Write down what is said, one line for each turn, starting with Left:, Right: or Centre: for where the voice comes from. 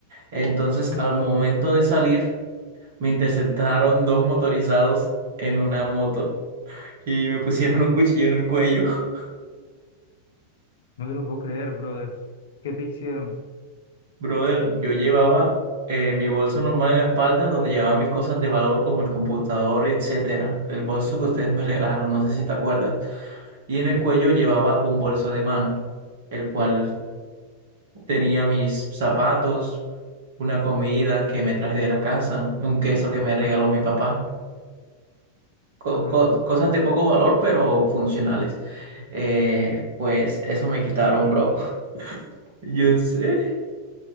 Right: Entonces,
Left: no,
Right: al momento de salir, me interceptaron dos motorizados en una moto y me pusieron un cuchillo en el cuello. <laughs>
Left: no te lo puedo creer, brother. ¿Qué te hicieron?
Right: Brother, yo llevaba eh, mi bolso normal en la espalda, donde llevaba mis cosas de valor como el computador, etcétera. El bolso que ustedes me regalaron, no sé si te acuerdas. Y en
Left: Sí,
Right: el cuello llevaba un bolso de mano, el cual tenía mis zapatos, una comida que me traje de la casa, un queso que me regaló mi papá. co-
Left: ajá,
Right: co- cosas de poco valor, pero funcionales. Eh, pues eso me quitaron, bro. <laughs> Yo sé.